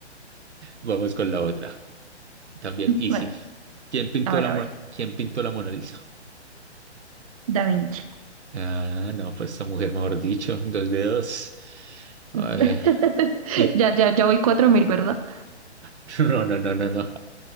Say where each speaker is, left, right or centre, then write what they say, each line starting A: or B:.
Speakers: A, on the right; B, on the right.
A: Vamos con la otra. También Easy.
B: Bueno,
A: ¿Quién pintó
B: a ver,
A: la,
B: a
A: Mon-
B: ver.
A: ¿Quién pintó la Mona Lisa?
B: Da Vinci.
A: Ah, no, pues esa mujer, mejor dicho, <laughs> dos dedos. A
B: <laughs>
A: ver. Y...
B: Ya, ya, ya voy cuatro mil ¿verdad?
A: <laughs> no, no, no, no, no.